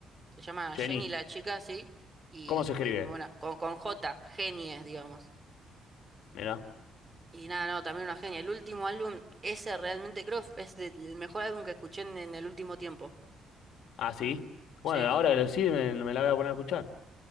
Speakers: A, on the right (about 25°); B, on the left (about 80°).
A: Se llama
B: Jenny,
A: Jennie la chica, sí, y,
B: ¿cómo se escribe?
A: y muy buena. Con, con J, genies es, digamos.
B: Mirá.
A: Y nada, no, también una genia. El último álbum, ese realmente creo es de- el mejor álbum que escuché en, en el último tiempo.
B: Ah, sí.
A: Sí,
B: Bueno, ahora
A: sí, sí.
B: que lo sí, me, me la voy a poner a escuchar.